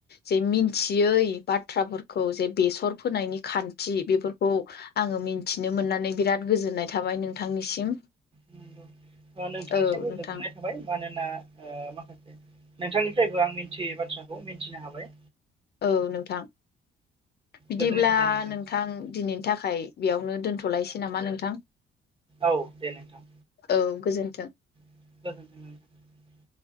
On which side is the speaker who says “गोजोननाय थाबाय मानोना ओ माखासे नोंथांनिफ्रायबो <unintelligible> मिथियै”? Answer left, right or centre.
Right